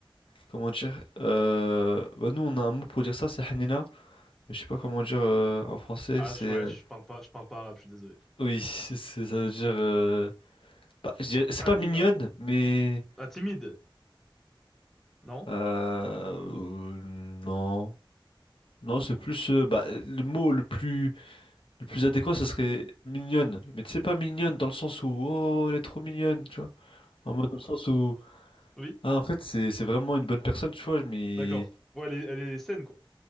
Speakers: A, on the left; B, in the centre.
A: comment dire. euh, bah nous, on a un mot pour dire ça, c'est Hanina. Mais je sais pas comment dire euh, en français.
B: Ah,
A: C'est,
B: je- ouais,
A: euh,
B: je parle pas, je parle pas arabe, je suis désolé.
A: oui, c'est, c'est- ça veut dire. euh, bah, je dirais- c'est
B: Hanina.
A: pas mignonne, mais
B: Ah, timide, non?
A: euh, euh, non, non, c'est plus euh, bah, le mot le plus Le plus adéquat, ce serait mignonne. Mais tu sais, pas mignonne dans le sens où, oh, elle est trop mignonne, tu vois. En mode dans le sens où,
B: Oui?
A: ah, en fait, c'est, c'est vraiment une bonne personne, tu vois, mais,
B: D'accord. Ouais, elle est, elle est saine, quoi.